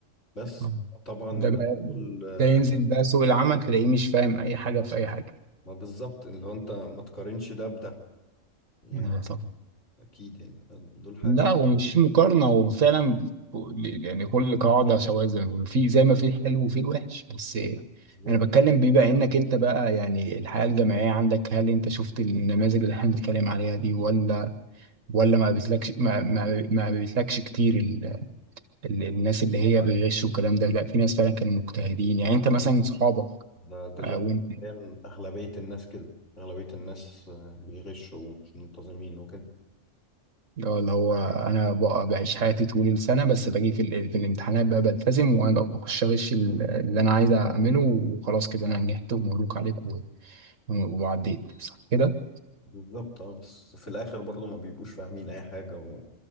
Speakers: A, on the left; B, on the right.
A: بس
B: آه.
A: طبعا الناس
B: ده بقى
A: دول آه،
B: ده ينزل بقى سوق العمل تلاقيه مش فاهم اي حاجه في اي حاجه
A: ما بالظبط اللي هو انت ما تقارنش ده بده يعني
B: آه، طبعا
A: اكيد يعني دول حاجة
B: لا ومش مقارنة وفعلا يعني كل قاعدة سواء زي ما بيقولوا، في زي ما في الحلو وفي الوحش بس
A: بالظبط
B: أنا بتكلم بما إنك أنت بقى يعني الحياة الجامعية عندك هل أنت شفت النماذج اللي إحنا بنتكلم عليها دي ولا ولا ما قابلتلكش ما ما ما قابلتلكش كتير ال ال الناس اللي هي بيغشوا والكلام ده لا في ناس فعلا كانوا مجتهدين يعني أنت مثلا صحابك
A: ده دلوقتي
B: آه، وانت
A: حالياً اغلبية الناس كده اغلبية الناس آه، بيغشوا ومش منتظمين وكده
B: اللي هو اللي هو انا بقى بعيش حياتي طول السنه بس باجي في, ال- في الامتحانات بقى بلتزم وانا بخش اغش ال- اللي انا عايز اعمله وخلاص كده انا نجحت ومبروك عليك و- و- وعديت صح كده
A: بالظبط اه بس في الاخر برضه ما بيبقوش فاهمين اي حاجة